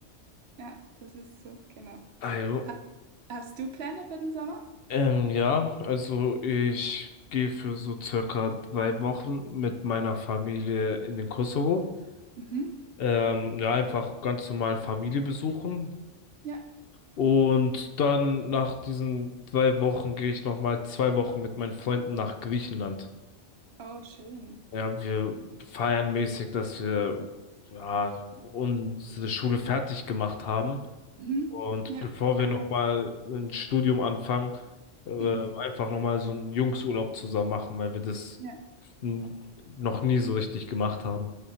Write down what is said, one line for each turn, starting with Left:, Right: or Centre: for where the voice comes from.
Right: ja, das ist so, genau.
Left: Also,
Right: Hast, hast du Pläne für den Sommer?
Left: ähm, ja, also ich gehe für so circa drei Wochen mit meiner Familie in den Kosovo.
Right: Mhm.
Left: Ähm, ja, einfach ganz normal Familie besuchen.
Right: Ja,
Left: Und dann nach diesen drei Wochen gehe ich nochmal zwei Wochen mit meinen Freunden nach Griechenland.
Right: oh, schön.
Left: Ja, wir feiern mäßig, dass wir ja, unsere Schule fertig gemacht haben.
Right: Mhm.
Left: Und
Right: Ja,
Left: bevor
Right: Einer,
Left: wir nochmal ein Studium anfangen, äh,
Right: mhm.
Left: einfach nochmal so einen Jungsurlaub zusammen machen, weil wir das
Right: ja,
Left: n- noch nie so richtig gemacht haben.